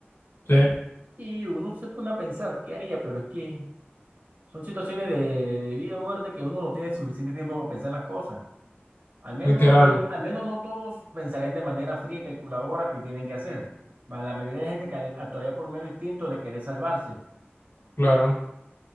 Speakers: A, on the left; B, on the right.
A: Sí,
B: y uno se pone a pensar, ¿qué haría? Pero es que... Son situaciones de vida o muerte que uno no tiene suficiente tiempo para pensar las cosas. Al menos
A: Literal,
B: no, al menos no todos pensarían de manera fría y calculadora que tienen que hacer. Ma- La mayoría de gente cal- actuaría por mero instinto de querer salvarse,
A: claro.